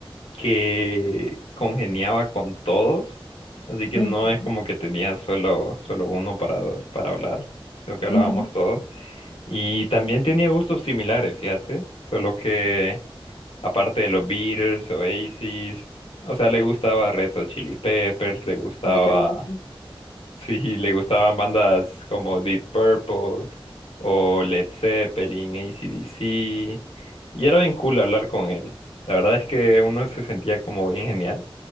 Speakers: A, on the left (about 75°); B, on the left (about 55°).
A: que congeniaba con todos, así que
B: ujú,
A: no es como que tenía solo, solo uno para, para hablar, sino que hablábamos
B: ujú.
A: todos. Y también tenía gustos similares, fíjate. Solo que, aparte de los Beatles, Oasis, o sea, le gustaba Red Hot Chili Peppers, le gustaba,
B: Ay, qué hermoso.
A: <laughs> sí, le gustaban bandas como Deep Purple o Led Zeppelin, AC/DC. Y era bien cool hablar con él. La verdad es que uno se sentía como bien genial.